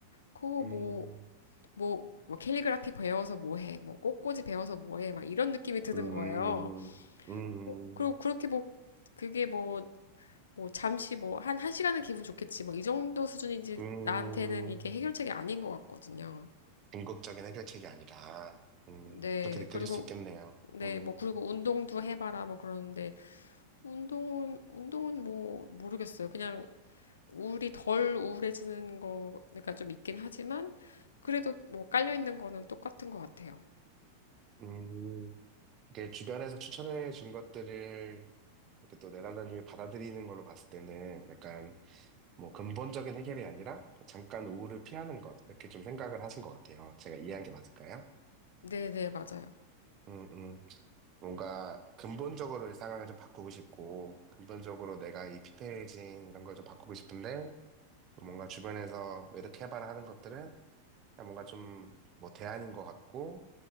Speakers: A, on the left (about 70°); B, on the right (about 35°).
A: 그거
B: 음,
A: 뭐 뭐 뭐 캘리그라피 배워서 뭐 해? 뭐 꽃꽂이 배워서 뭐 해? 막 이런 느낌이 드는
B: 음,
A: 거예요.
B: 음, 음.
A: 어, 그리고 그렇게 뭐 그게 뭐 뭐 잠시 뭐 한 한 시간은 기분 좋겠지 뭐 이 정도 수준인지
B: 음,
A: 나한테는 이게 해결책이 아닌 것 같거든요.
B: 궁극적인 해결책이 아니라, 음,
A: 네
B: 그렇게 느껴질
A: 그리고
B: 수 있겠네요.
A: 네
B: 음,
A: 뭐 그리고 운동도 해봐라 뭐 그러는데 운동은 운동은 뭐 모르겠어요. 그냥 우울이 덜 우울해지는 거 그러니까 좀 있긴 하지만 그래도 뭐 깔려 있는 거는 똑같은 것 같아요.
B: 음, 이게 주변에서 추천해 준 것들을 이렇게 또 내담자님이 받아들이는 걸로 봤을 때는 약간 뭐 근본적인 해결이 아니라 잠깐 우울을 피하는 것, 이렇게 좀 생각을 하신 것 같아요. 제가 이해한 게 맞을까요?
A: 네네 맞아요.
B: 음, 음. 뭔가 근본적으로 이 상황을 좀 바꾸고 싶고, 근본적으로 내가 이 피폐해진 이런 걸 좀 바꾸고 싶은데, 뭔가 주변에서 뭐 이렇게 해봐라 하는 것들은 그냥 뭔가 좀 뭐 대안인 것 같고